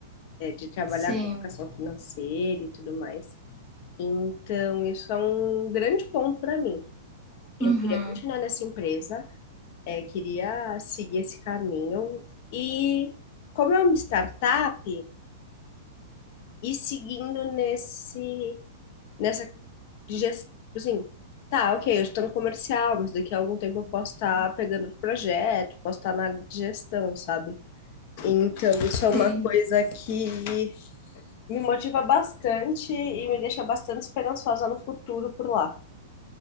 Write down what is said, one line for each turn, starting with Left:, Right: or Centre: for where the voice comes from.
Left: É, de trabalhar
Centre: Sim.
Left: com educação financeira e tudo mais. Então, isso é um grande ponto para mim.
Centre: Uhum.
Left: Eu queria continuar nessa empresa, é, queria seguir esse caminho. E como é uma startup, e seguindo nesse, nessa gestão, assim, tá, ok, eu estou no comercial, mas daqui a algum tempo eu posso estar pegando o projeto, posso estar na área de gestão, sabe? Então, isso é uma
Centre: Sim.
Left: coisa que me motiva bastante e me deixa bastante esperançosa no futuro por lá.